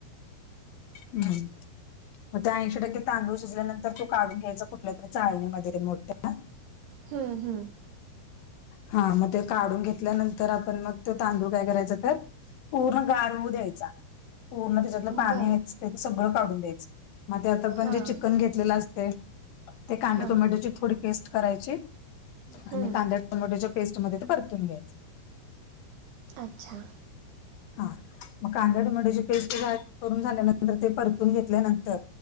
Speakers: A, on the left; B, on the right.
A: हम् मग त्या ऐंशी टक्के तांदूळ शिजल्यानंतर तो काढून घ्यायचा, कुठल्या तरी चाळणीमध्ये मोठ्या.
B: हम्... हम्...
A: हा, मग ते काढून घेतल्यानंतर आपण मग ते तांदूळ काय करायच. तर पूर्ण गार होउ द्यायचा. पूर्ण त्याच्यातलं
B: हम्म
A: पाणीच,
B: बरं
A: त्या सगळं काढून द्यायचं. मग ते आता पण,
B: हां
A: जे चिकन घेत असते. ते कांद्या
B: हां
A: टोमॅटोची थोडी पेस्ट करायची.
B: हं,
A: आणि, कांद्या टोमोट्याच्या पेस्टमध्येध्ये ते परतून घ्यायच.
B: अच्छा...
A: हा मग, कांद्या टमट्याची पेस्ट करून झाल्यानंतर ते परतून घेतल्यानंतर